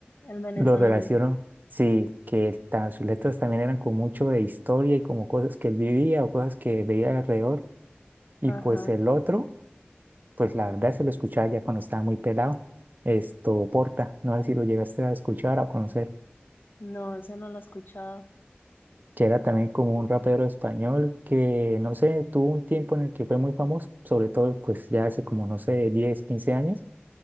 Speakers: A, on the left; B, on the right.
A: el venezolano,
B: Lo relaciono, sí, que ta- sus letras también eran como mucho de historia y como cosas que él vivía o cosas que veía alrededor. Y
A: ajá,
B: pues el otro. pues la verdad se lo escuchaba ya cuando estaba muy pelado. Esto, Porta, no sé si lo llegaste a escuchar o a conocer,
A: no, ese no lo he escuchado.
B: que era también como un rapero español que, no sé, tuvo un tiempo en el que fue muy famoso, sobre todo pues ya hace como, no sé, 10 15 años,